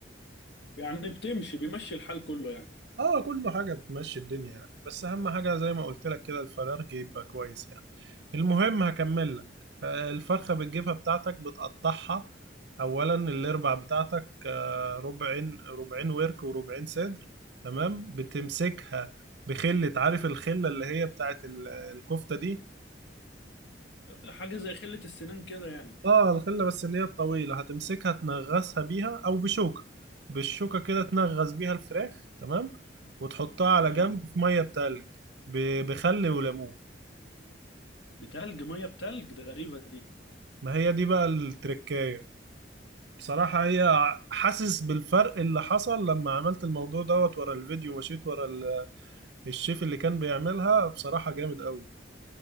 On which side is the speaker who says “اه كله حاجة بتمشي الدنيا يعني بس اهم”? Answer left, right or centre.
Right